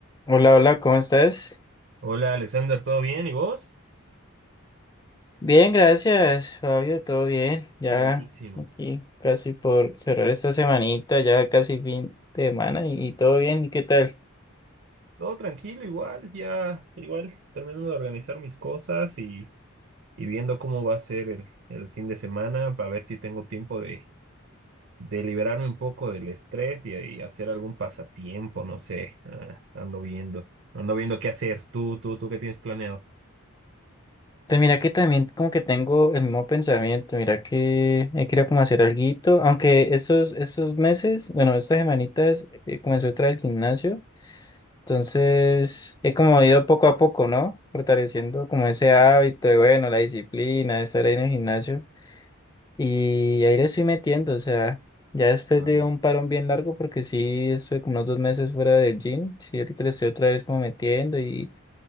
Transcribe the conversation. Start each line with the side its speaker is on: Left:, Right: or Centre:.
Left: Hola, hola, ¿cómo estás?
Right: Hola Alexander, ¿todo bien? ¿Y vos?
Left: Bien, gracias, Fabio, todo bien. Ya
Right: Buenísimo.
Left: aquí casi por cerrar esta semanita, ya casi fin de semana y, y todo bien, ¿y qué tal?
Right: Todo tranquilo, igual, ya, igual, terminando de organizar mis cosas y, y viendo cómo va a ser el, el fin de semana para ver si tengo tiempo de, de liberarme un poco del estrés y, y hacer algún pasatiempo, no sé. Ah, ando viendo, ando viendo qué hacer. Tú, tú, tú, ¿qué tienes planeado?
Left: Pues mira que también como que tengo el mismo pensamiento, mira que he querido como hacer alguito, aunque estos, estos meses, bueno, estas semanitas eh, comencé otra del gimnasio, entonces he como ido poco a poco, ¿no? Fortaleciendo como ese hábito de, bueno, la disciplina de estar ahí en el gimnasio. Y ahí le estoy metiendo, o sea, ya después
Right: Ah.
Left: de un parón bien largo, porque sí estuve como unos dos meses fuera del gym, sí, ahorita le estoy otra vez como metiendo y,